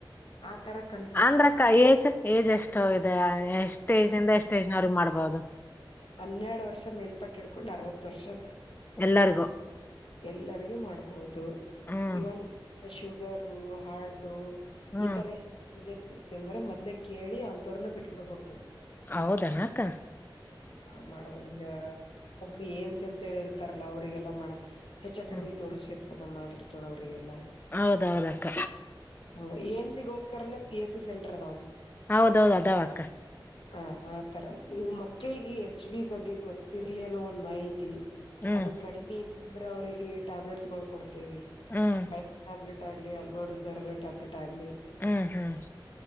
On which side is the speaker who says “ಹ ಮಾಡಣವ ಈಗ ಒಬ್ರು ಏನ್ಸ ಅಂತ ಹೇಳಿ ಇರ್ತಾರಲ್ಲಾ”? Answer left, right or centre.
Left